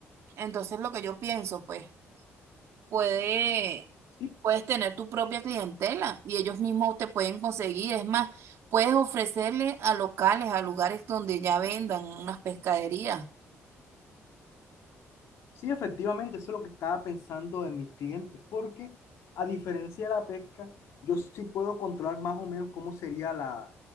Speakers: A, on the right; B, on the left.
A: Entonces lo que yo pienso, pues, puede,
B: Sí,
A: puedes tener tu propia clientela y ellos mismos te pueden conseguir. Es más, puedes ofrecerle a locales, a lugares donde ya vendan unas pescaderías.
B: Sí, efectivamente, eso es lo que estaba pensando en mis clientes, porque a diferencia de la pesca, yo sí puedo controlar más o menos cómo sería la,